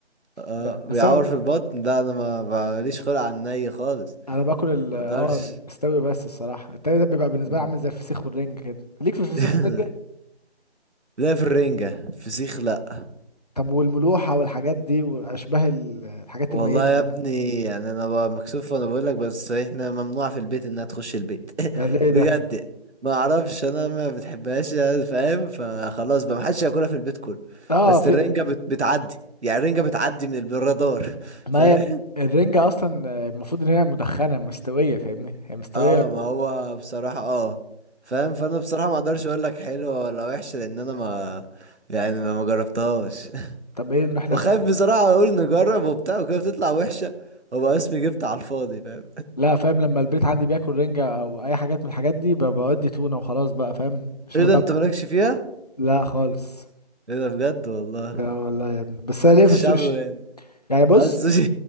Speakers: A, on the right (about 80°); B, on the left (about 35°).
A: اه
B: ب... بس
A: بيعور
B: انا
A: في البطن ده انا ما ماليش خلق على الني خالص
B: انا باكل ال
A: ما
B: اه
A: اقدرش
B: المستوي بس الصراحة التاني ده بيبقى بالنسبة
A: أمم.
B: لي عامل زي الفسيخ والرنجة كده ليك في الفسيخ
A: <laughs>
B: والرنجة
A: لا في الرنجة فسيخ لا
B: طب والملوحة والحاجات دي واشباه ال- الحاجات
A: والله
B: الميتة
A: يا
B: دي
A: ابني يعني انا بقى مكسوف وانا بقول لك بس احنا ممنوع في البيت انها تخش البيت
B: ده ليه
A: بجد
B: ده
A: ما اعرفش انا ما بتحبهاش يعني، فاهم فخلاص بقى محدش ياكلها في البيت كله
B: اه
A: بس
B: في
A: الرنجة بت... بتعدي يعني الرنجة بتعدي من الرادار <laughs>
B: ما
A: فاهم
B: هي الرنجة اصلا آه، المفروض ان هي مدخنة مستوية فاهمني هي مستوية
A: اه ما هو بصراحة اه فاهم فانا بصراحة ما اقدرش اقول لك حلوة ولا وحشة لان انا ما يعني ما ما جربتهاش <laughs>
B: طب ايه نروح ناكل
A: وخايف بصراحة اقول نجرب وبتاع وكده بتطلع وحشة وبقى اسمي جبت على الفاضي فاهم
B: لا فاهم لما البيت عندي بياكل رنجة او اي حاجات من الحاجات دي ب- بودي تونة وخلاص بقى فاهم عشان
A: ايه
B: انا
A: ده انت
B: ببقى
A: مالكش فيها
B: لا خالص
A: ايه ده بجد والله
B: ده والله يا ابني بس انا ليه
A: الشعب
B: في السوشي
A: يعني
B: يعني بص
A: اه السوشي